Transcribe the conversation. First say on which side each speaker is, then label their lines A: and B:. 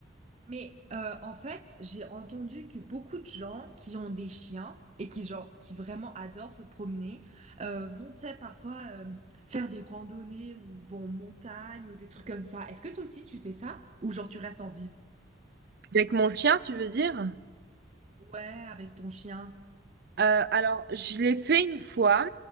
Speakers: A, on the right; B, on the right.
A: Mais euh, en fait, j'ai entendu que beaucoup de gens qui ont des chiens et qui genre qui vraiment adorent se promener euh, vont tu sais, parfois euh, faire des randonnées ou vont en montagne ou des trucs comme ça. Est-ce que toi aussi tu fais ça? Ou genre tu restes en ville?
B: Avec mon chien tu veux dire?
A: Ouais, avec ton chien.
B: Euh, alors, je l'ai fait une fois,